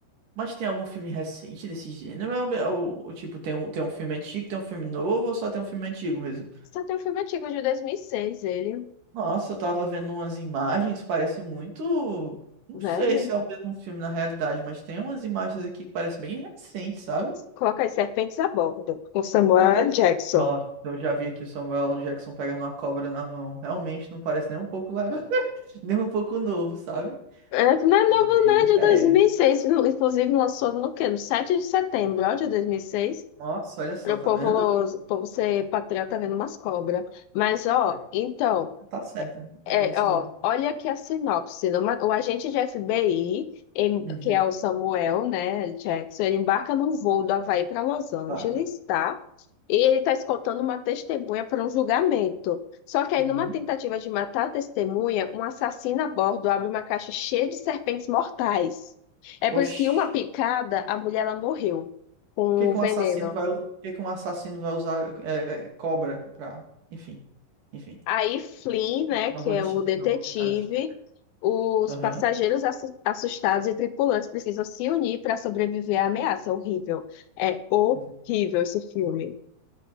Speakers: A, on the right; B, on the left.
A: Mas tem algum filme recente desse gênero? É o, é o- o tipo, tem um, tem um filme antigo, tem um filme novo ou só tem um filme antigo mesmo?
B: Só tem um filme antigo de 2006, ele,
A: Nossa, eu tava vendo umas imagens, parece muito. Não
B: velho.
A: sei se é o mesmo filme na realidade, mas tem umas imagens aqui que parece bem recente, sabe?
B: Coloca as serpentes a bordo, com Samuel
A: Eu tô.
B: L. Jackson.
A: Nossa, eu já vi aqui o Samuel Jackson pegando uma cobra na mão. Realmente não parece nem um pouco legal, <laughs> nem um pouco novo, sabe?
B: É, não é novo,
A: Meio
B: né?
A: velho.
B: De 2006. No- Inclusive, lançou no quê? No 7 de setembro, ó, de 2006.
A: Nossa, olha só,
B: Para o
A: tá
B: povo,
A: vendo?
B: o povo ser patriota vendo umas cobras. Mas, ó,
A: É,
B: então.
A: Tá certo,
B: É,
A: é isso
B: ó,
A: mesmo.
B: olha aqui a sinopse. Uma- O agente de FBI, em-
A: Uhum,
B: que é o Samuel, né, Jackson, ele embarca num voo do Havaí para Los Angeles,
A: claro.
B: tá? E ele está escoltando uma testemunha para um julgamento. Só que aí,
A: Uhum.
B: numa tentativa de matar a testemunha, um assassino a bordo abre uma caixa cheia de serpentes mortais. É por
A: Oxi,
B: isso que, em uma picada, a mulher ela morreu com
A: por que
B: o
A: que
B: veneno.
A: um assassino vai, por que que um assassino vai usar é, é, cobra pra. Enfim, enfim.
B: Aí Flynn, né,
A: Não
B: que
A: vou
B: é
A: justi,
B: o detetive,
A: não vou tentar justificar.
B: os
A: Aham.
B: passageiros assu- assustados e tripulantes precisam se unir para sobreviver à ameaça. Horrível. É horrível
A: Uhum.
B: esse filme.